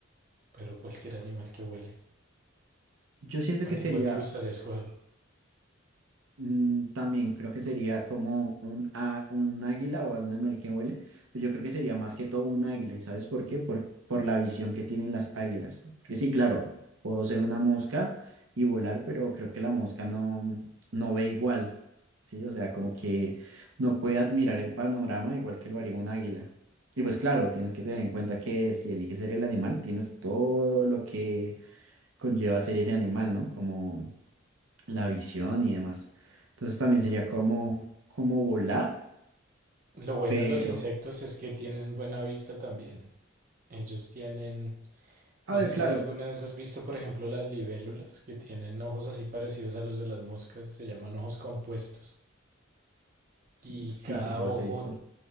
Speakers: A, on the right (about 40°); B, on the right (about 85°).
A: pero cualquier animal que huele.
B: Yo siento
A: ¿A
B: que
A: ti
B: sería
A: cuál te gustaría escoger?
B: Mm, También creo que sería como un, a- un águila o un animal que huele, pues yo creo que sería más que todo un águila, ¿y sabes por qué? Por, por la visión que tienen las águilas. Porque sí, claro, puedo ser una mosca y volar, pero creo que la mosca no, no ve igual, ¿sí? O sea, como que no puede admirar el panorama igual que lo haría un águila. Y pues claro, tienes que tener en cuenta que si eliges ser el animal, tienes todo lo que conlleva ser ese animal, ¿no? Como la visión y demás. Entonces también sería como, como volar,
A: Lo bueno
B: pero...
A: de los insectos es que tienen buena vista también. Ellos tienen
B: a
A: No
B: ver
A: sé
B: claro.
A: si alguna vez has visto, por ejemplo, las libélulas que tienen ojos así parecidos a los de las moscas, se llaman ojos compuestos. Y
B: Sí,
A: cada
B: sí, sí, los
A: ojo,
B: he visto.